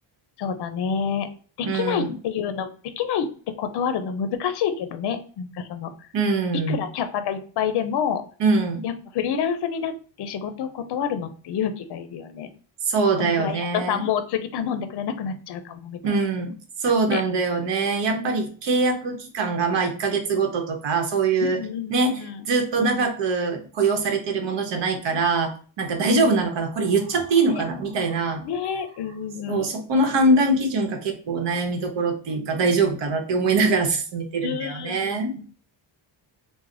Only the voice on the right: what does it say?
うん、
うん、
うん、
そうだよね。
うん、そうなんだよね。やっぱり契約期間がまあ1ヶ月ごととか、
そういうね、
ずっと長く雇用されてるものじゃないから、
なんか大丈夫なのかなこれ言っちゃっていいのかなみたいな。
そう、そこの判断基準が結構悩みどころっていうか大丈夫かなって思いながら
<laughs> 進めてるんだよね。